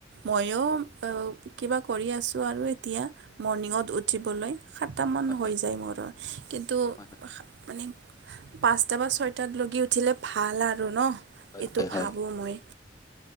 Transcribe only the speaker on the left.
হয়,
হয়,
হয়
হয়
হয়